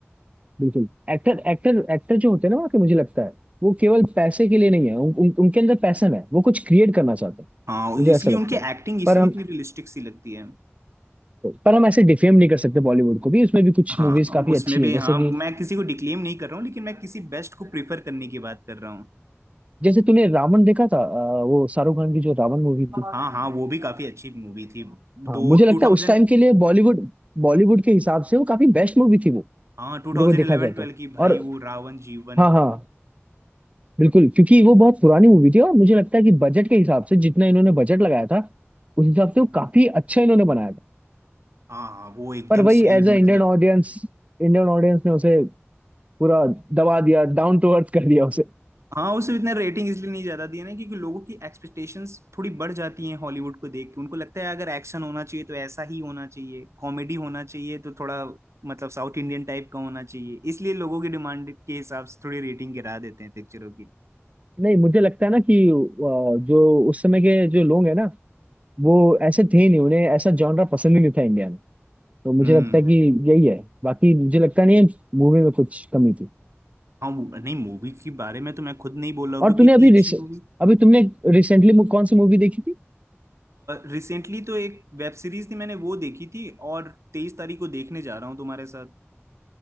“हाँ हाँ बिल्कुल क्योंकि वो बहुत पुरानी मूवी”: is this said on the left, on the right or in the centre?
Right